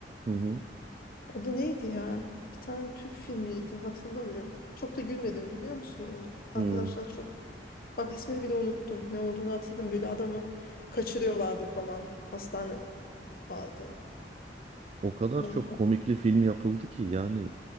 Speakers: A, on the right (about 35°); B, on the left (about 55°).
A: Hı hı.
B: O da neydi ya? Bir tane Türk filmiydi hatırlamıyorum. Çok da gülmedim biliyor musun ona? Arkadaşlar
A: Hı.
B: çok. Bak ismini bile unuttum. Ne olduğunu hatırlamıyorum. Böyle adamı kaçırıyorlardı falan. Hastane vardı.
A: O kadar
B: Aman,
A: çok komikli film yapıldı ki yani